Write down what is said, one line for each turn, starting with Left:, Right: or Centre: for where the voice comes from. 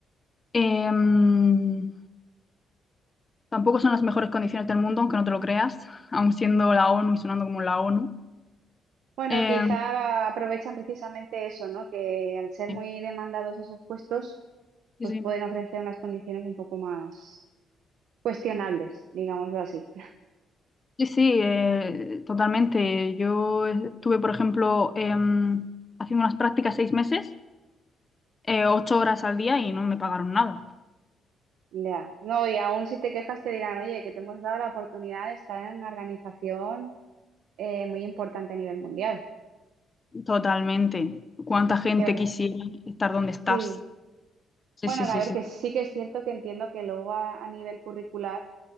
Left: Em, tampoco son las mejores condiciones del mundo, aunque no te lo creas, aun siendo la ONU y sonando como la ONU.
Right: Bueno,
Left: Eh,
Right: quizá aprovechan precisamente eso, ¿no? Que al ser
Left: sí,
Right: muy demandados esos puestos,
Left: sí,
Right: pues pueden ofrecer unas condiciones un poco más cuestionables, digámoslo así.
Left: sí, sí, eh, totalmente. Yo estuve, por ejemplo, em, haciendo unas prácticas seis meses, eh, ocho horas al día y no me pagaron nada.
Right: Ya, no, y aún si te quejas te dirán, oye, que te hemos dado la oportunidad de estar en una organización eh, muy importante a nivel mundial.
Left: Totalmente. ¿Cuánta gente
Right: Que,
Left: quisiera estar donde
Right: sí,
Left: estás? Sí,
Right: bueno,
Left: sí,
Right: a
Left: sí,
Right: ver,
Left: sí.
Right: que sí que es cierto que entiendo que luego a, a nivel curricular,